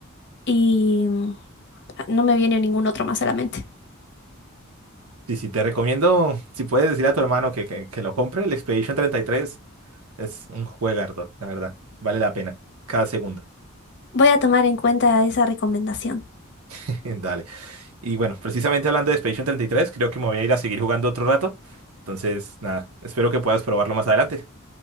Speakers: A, on the left; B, on the right.
A: Y mm, no me viene ningún otro más a la mente.
B: Sí, sí, te recomiendo, si puedes decir a tu hermano que, que, que lo compre, el Expedition 33 es un juegardo, la verdad. Vale la pena, cada segundo.
A: Voy a tomar en cuenta esa recomendación.
B: <laughs> Dale. Y bueno, precisamente hablando de Expedition 33, creo que me voy a ir a seguir jugando otro rato. Entonces, nada, espero que puedas probarlo más adelante.